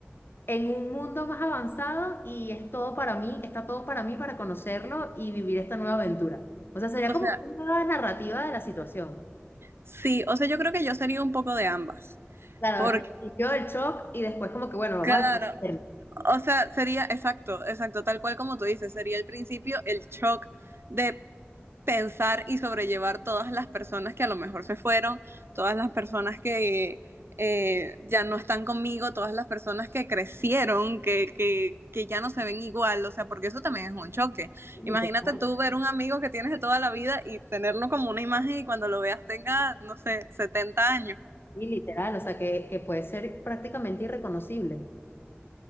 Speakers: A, on the left; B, on the right.
A: en un mundo más avanzado y es todo para mí, está todo para mí para conocerlo y vivir esta nueva aventura. O sea, sería
B: O
A: como
B: sea,
A: una nueva narrativa de la situación.
B: sí, o sea, yo creo que yo sería un poco de ambas.
A: Claro,
B: Porque,
A: al principio el shock y después como que, bueno, vamos
B: claro,
A: a... ver.
B: o sea, sería exacto, exacto, tal cual como tú dices, sería el principio, el shock de pensar y sobrellevar todas las personas que a lo mejor se fueron, todas las personas que eh, ya no están conmigo, todas las personas que crecieron, que, que, que ya no se ven igual, o sea, porque eso también es un choque.
A: Literal,
B: Imagínate tú ver un amigo que tienes de toda la vida y tenerlo como una imagen y cuando lo veas tenga, no sé, setenta años.
A: sí, literal, o sea, que, que puede ser prácticamente irreconocible.